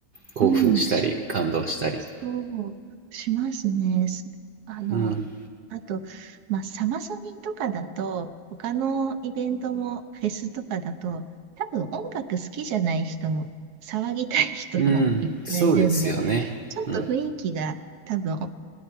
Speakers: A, on the right (about 60°); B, on the right (about 85°).
A: 興奮したり感動したり
B: う、うん、しそうしますね。すあの、
A: うん
B: あと、まあ、サマソニとかだと、他のイベントもフェスとかだと、多分音楽好きじゃない人も、騒ぎたい人もいっぱいいるんで、
A: うんそうですよねうん
B: ちょっと雰囲気が多分あ